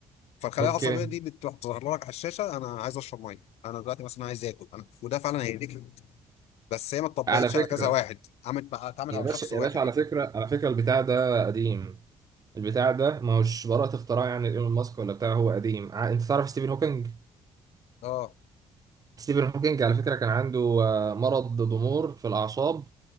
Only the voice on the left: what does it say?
فالخلايا
العصبيه دي بتروح تظهر لك على الشاشه انا عايز اشرب ميه انا دلوقتي مثلا عايز اكل انا وده فعلا هيديك بس هي ما اتطبقتش
على كذا واحد عملت بقى اتعملت
على
شخص واحد
يعني
اه